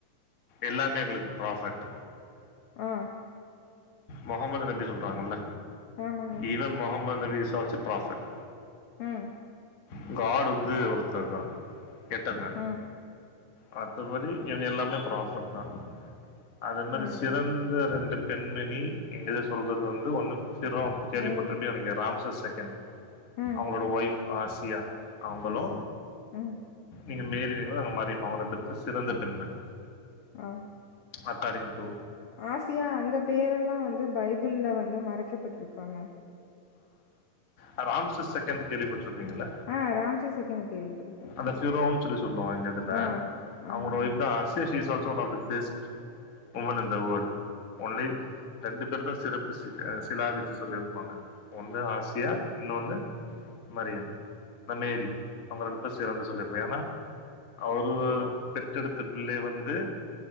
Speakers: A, on the left; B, on the left.
A: எல்லாமே எங்களுக்கு ப்ராஃபட்
B: ஆ
A: முகமது நபி சொல்றாங்கல்ல
B: ஆமாண்ணே
A: even Mohammed Nabees also prophet
B: ம்
A: ஃகாடு வந்து ஒருத்தர்தா எட்டர்ந
B: ம்
A: மத்தபடி இவுங்க எல்லாமே ப்ராஃபட் தா அதே மாரி
B: ம்
A: சிறந்த
B: ம்
A: ரெண்டுப் பெண்மனி எங்க இத சொல்றது வந்து ஒன்னு சிரொ கேள்விப்பட்டிருப்பே
B: மேரி
A: நீங்க ராம்ச செகண்ட்
B: ம்
A: அவுங்களோட ஒய்ஃப் ஆசியா அவுங்களூ
B: ஆசியா ம்
A: இங்க மேரீனீன்னா அங்க மாரிமா அவுங்க ரெண்டு பேரூ சிறந்த பெண்மணி
B: அ
A: அக்கார்டிங்டு
B: ஆசியா அந்த பேரல்லா வந்து பைபிள்ள வந்து மறைக்கப்பட்டிருக்காங்க
A: ஆ ராம்சுஸ் செகண்ட் கேள்விப்பட்ருப்பீங்கள
B: ஆ ராம்சே செகண்ட் கேள்விப்பட்டிருக்கே
A: அந்த சிரோன்னு சொல்லி சொல்வோ எங்க இதுல
B: ஆ
A: அவுங்களோட
B: ஆமாண்ணே
A: ஒய்ஃப்தா ஆசி she's also one of the best woman in the old only ரெண்டு பேர் தா சிறப்பு சி சிலாகச்சி சொல்லியிருப்பாங்க ஒண்ணு ஆசியா இன்னொன்னு வந்து மரியம் இந்த மேரி அவங்க ரெண்டு பேர் சிறந்து சொல்லிருப்பா ஏன்னா அவரு பெற்றெடுத்த பிள்ளை வந்து